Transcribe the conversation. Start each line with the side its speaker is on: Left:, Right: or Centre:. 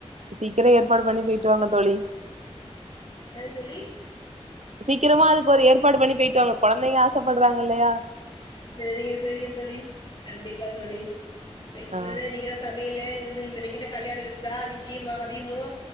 Right: சீக்கிரோ ஏற்பாடு பண்ணி போய்ட்டு வாங்க தோழி
Left: என்னாது தோழி
Right: சீக்கிரமா அதுக்கு ஒரு ஏற்பாடு பண்ணி போய்ட்டு வாாங்க கொழந்தைங்க ஆசைப்படுறாங்க இல்லையா
Left: செரிங்க செரிங்க தோழி கண்டிப்பா தோழி என்ன
Right: ஆ
Left: தா இன்னிக்கு என்ன சமையலு இன் இன்னைக்கு என்ன கல்யாண விருந்தா இன்னிக்கு ம மதியமு